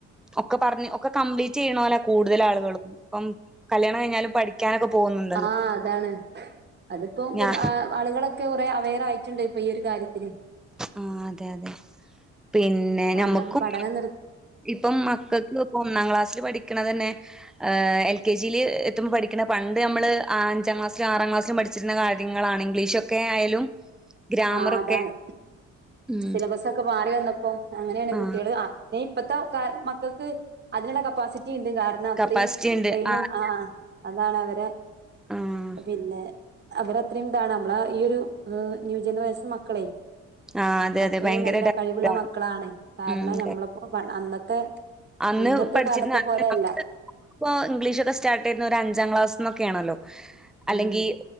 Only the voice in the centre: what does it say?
ഒക്കെ പറഞ്ഞ് ഒക്കെ കംപ്ലീറ്റ് ചെയ്യണൊല കൂടുതൽ ആളുകളും. ഇപ്പം കല്യാണം കഴിഞ്ഞാലും പഠിക്ക ക്കാനൊക്കെ പോകുന്നത്
ഞാ
ആഹ് അതെ അതെ പിന്നെ
ഞമ്മുക്ക്-
ഇപ്പം മക്കക്കിപ്പം ഒന്നാം ക്ലാസ്സില് പഠിക്കണ തന്നെ എൽകെജിയില് എത്ത്മ്പം പഠിക്കണ പണ്ട് നമ്മള് അഞ്ചാം ക്ലാസിലും ആറാം ക്ലാസിലും പഠി ച്ചിരുന്നകാര്യങ്ങളാണ് ഇംഗ്ലീഷൊക്കെ ആയാലും- ഗ്രാമറൊക്കെ
ഉം
ആഹ്
കപ്പാസിറ്റി ഉണ്ട്
ആഹ്
ആഹ്
ആഹ് അതെ
അതെ ഭയങ്കര
ഡെപ്താണ്
ഉം
അന്ന്
പഠിച്ചിരുന്ന
അന്ന്
നമ്മള് ഇപ്പൊ ഇംഗ്ലീഷൊക്കെ സ്റ്റാർട്ട് ചെയ്യുന്ന ഒരു അഞ്ചാം ക്ലാസീന്നൊക്കെയാണല്ലോ അല്ലെങ്കി..